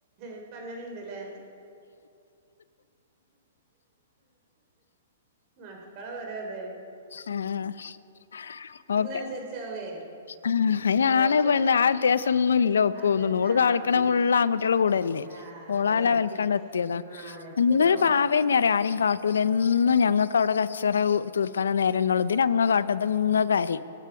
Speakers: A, on the right; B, on the left.
A: ഇപ്പങ്ങനെണ്ട്ല്ലേ മക്കളെ ഓരോ ഇതെ
B: അഹ് ആഹ് ഓക്കെ
A: അനുസരിച്ചാവേ
B: ആഹ് അയ്ന് ആണ്
A: ഓക്ക്
B: പെണ്ണ് ആ വ്യത്യാസൊന്നു ല്ലോക്കോന്നുള്ളൂ
A: അത്
B: ഓള്
A: ആ
B: കാളിക്കണ
A: ഒന്ന്
B: ഫുള്ള് ആൺകുട്ട്യാളെ കൂടെ ഇല്ലെ
A: ആ
B: ഓളാ
A: അതായിരിക്കും
B: ലെവൽക്കാണ്ടെത്തിയതാ
A: ആ എത്തിയതോ
B: എന്നരു പാ വേ ഞ്ഞറിയ ആരിം കാട്ടൂല എന്നും ഞങ്ങക്ക് അവടെ കച്ചറ തീർക്കാനേ നേരന്നള്ളു ഇതിനങ്ങനെ കാ ഇത്ങ്ങ കരിം